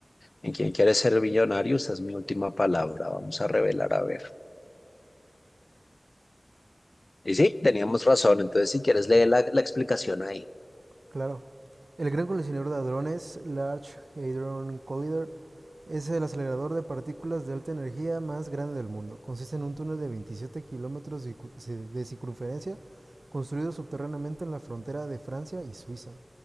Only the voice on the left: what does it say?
en Quien quiere ser millonario, esa es mi última palabra. Vamos a revelar, a ver. Y sí, teníamos razón. Entonces, si quieres, lee la, la explicación ahí.